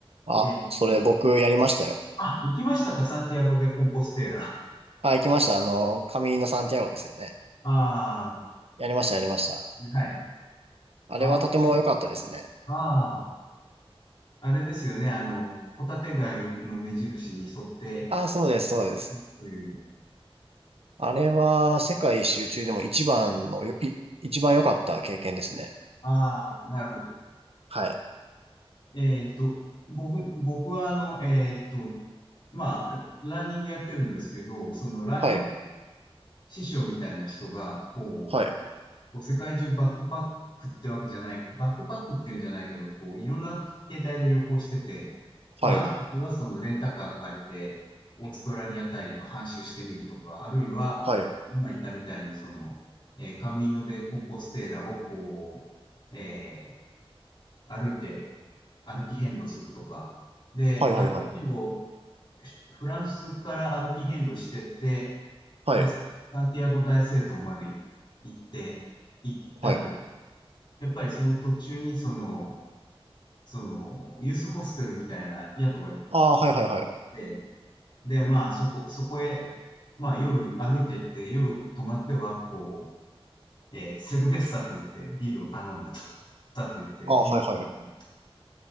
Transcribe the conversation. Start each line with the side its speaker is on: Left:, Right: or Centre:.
Right: あ、
Left: えー
Right: それ僕やりましたよ。
Left: あ、行きましたか、サンティアゴ・でコンポステーラ。
Right: あ、行きました。あの、カミーノ・サンティアゴですよね。
Left: ああ、
Right: やりました、やりました。
Left: はい。
Right: あれはとても良かったですね。
Left: ああー、あれですよね。あの、ホタテ貝の目印に沿って、
Right: あ、そうです、そうです。
Left: えという。
Right: あれは世界一周中でも一番のよ、い、一番良かった経験ですね。
Left: ああ、なるほど。
Right: はい。
Left: えっと、僕、僕はあの、えっと、まあ、ランニングやってるんですけど、そのランニング
Right: はい。
Left: 師匠みたいな人が、こう、
Right: はい。
Left: こう世界中バックパックってわけじゃない、バックパックっていうんじゃないけど、こういろんな携帯で旅行してて、まあある時はそのレンタカー借りて、
Right: はい。
Left: オーストラリア大陸半周してみるとか、あるいは今言ったみたいにその、
Right: はい。
Left: えーカミーノ・デ・コンポステーラをこう、えー歩いて歩き遍路するとか、で、
Right: はい。
Left: 歩き遍路、
Right: はい。はい。
Left: フランスから歩き遍路してって、
Right: はい。
Left: で、サンティアゴ大聖堂まで行って、い行ったんです
Right: はい。
Left: やっぱりその途中にその、その、ユースホステルみたいな宿が行っ
Right: あー、はい。はい。はい。
Left: て、で、まあそこ、そこへ、まあ夜歩いてって、夜泊まっては、こう、えーセルベッサと言ってビールを頼んだと。サと言ってビールを頼んだと。
Right: あー、はい。はい。